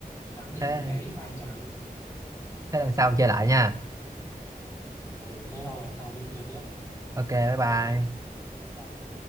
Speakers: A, on the left; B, on the right.
A: thắng thì
B: thế
A: ông gáy vang trời luôn
B: thế lần sau chơi lại nha
A: ừ thế thôi lần sau thêm chơi tiếp
B: ok bye bye
A: Bye.